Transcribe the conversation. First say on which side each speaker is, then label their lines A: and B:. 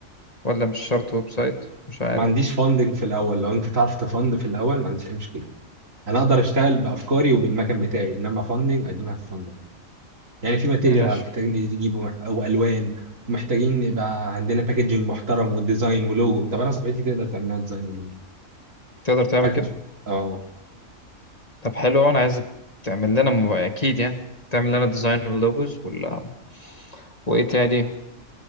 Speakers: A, on the left; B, on the right.
A: ولا مش شرط ويب سايت مش عارف
B: ما عنديش فاندنج في الاول لو انت تعرف تفند في الاول ما عنديش اي مشكلة انا اقدر اشتغل بافكاري وبالمكان بتاعي انما فاندنج اي دونت هاف فاندنج يعني في ماتيريال
A: ماشي
B: محتاجين يجيبوا او الوان ومحتاجين يبقى عندنا باكجينج محترم وديزاين ولوجو طب انا صاحبتي تقدر تعمل لنا ديزاين
A: تقدر تعمل
B: باكج
A: كده
B: اه
A: طب حلو أوي، انا عايز تعمل لنا م- اكيد يعني تعمل لنا ديزاين واللوجوز ولا وايه تاني